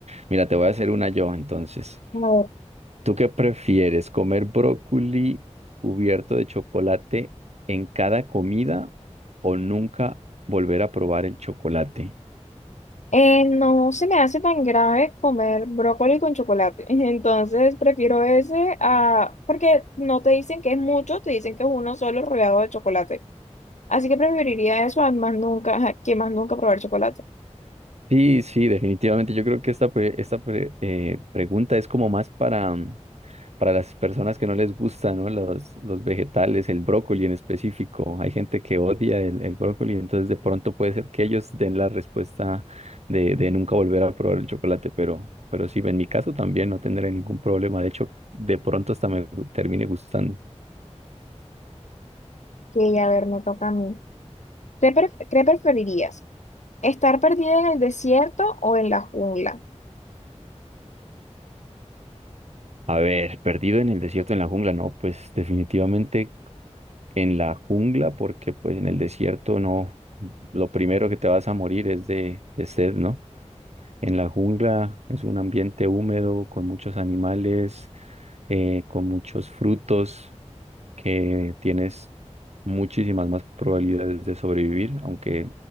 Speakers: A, on the right; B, on the left.
A: Mira, te voy a hacer una yo entonces.
B: A ver,
A: ¿Tú qué prefieres? ¿Comer brócoli cubierto de chocolate en cada comida o nunca volver a probar el chocolate?
B: eh, no se me hace tan grave comer brócoli con chocolate. <laughs> Entonces, prefiero ese a... porque no te dicen que es mucho, te dicen que es uno solo rodeado de chocolate. Así que preferiría eso a más nunca, <laughs> que más nunca probar chocolate.
A: Sí, sí, definitivamente. Yo creo que esta, pre- esta pre- eh, pregunta es como más para, mm, para las personas que no les gustan, ¿no? Los, los vegetales, el brócoli en específico. Hay gente que odia el, el brócoli, entonces de pronto puede ser que ellos den la respuesta de, de nunca volver a probar el chocolate, pero, pero sí, en mi caso también no tendré ningún problema. De hecho, de pronto hasta me termine gustando.
B: Que a ver, me toca a mí. ¿Qué, pref- qué preferirías? ¿Estar perdida en el desierto o en la jungla?
A: A ver, perdido en el desierto, en la jungla, no, pues definitivamente en la jungla, porque pues en el desierto no, lo primero que te vas a morir es de, de sed, ¿no? En la jungla es un ambiente húmedo con muchos animales, eh, con muchos frutos, que tienes muchísimas más probabilidades de sobrevivir, aunque